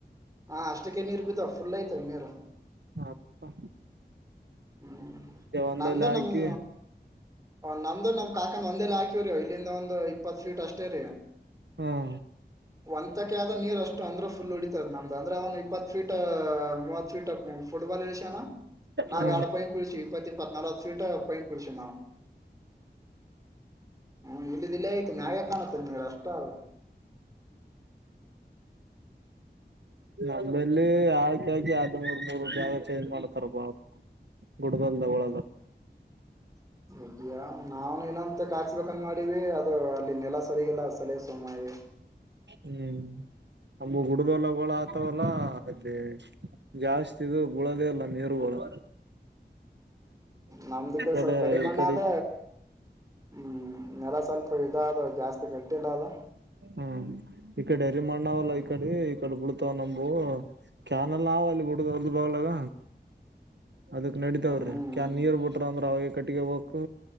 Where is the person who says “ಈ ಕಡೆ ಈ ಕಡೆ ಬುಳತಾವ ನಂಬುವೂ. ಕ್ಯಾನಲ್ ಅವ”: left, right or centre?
Right